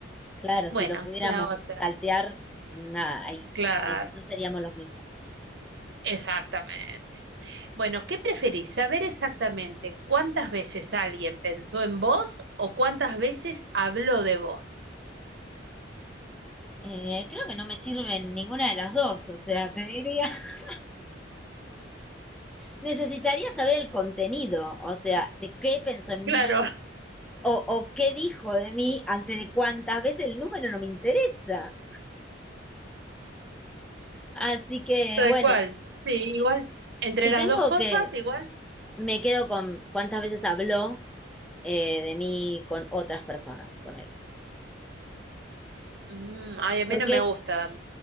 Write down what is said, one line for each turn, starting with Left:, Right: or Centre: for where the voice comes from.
Centre: Claro,
Right: Bueno,
Centre: si lo pudiéramos
Right: la otra.
Centre: saltear, nada, ahí
Right: Claro,
Centre: no, no seríamos los mismos.
Right: exactamente. Bueno, ¿qué preferís? ¿Saber exactamente cuántas veces alguien pensó en vos o cuántas veces habló de vos?
Centre: Eh, creo que no me sirven ninguna de las dos, o sea, te diría. <laughs> Necesitaría saber el contenido, o sea, de qué pensó en mí
Right: Claro,
Centre: o, o qué dijo de mí antes de cuántas veces el número no me interesa. Así que,
Right: tal
Centre: bueno,
Right: cual. Sí,
Centre: si,
Right: igual. Entre
Centre: si
Right: las
Centre: tengo
Right: dos cosas,
Centre: que
Right: igual.
Centre: me quedo con cuántas veces habló eh, de mí con otras personas, ponele.
Right: Mm, ay, a
Centre: Porque
Right: mí no me
Centre: es,
Right: gusta